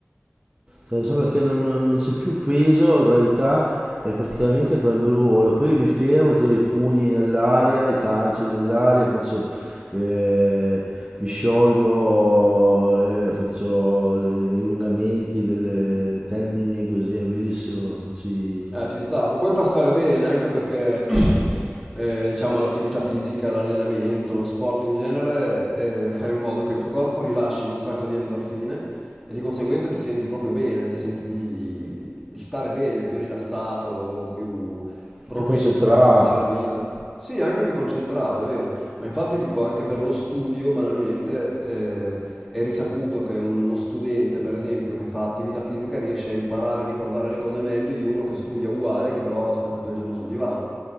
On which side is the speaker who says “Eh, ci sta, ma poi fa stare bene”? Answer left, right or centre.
Centre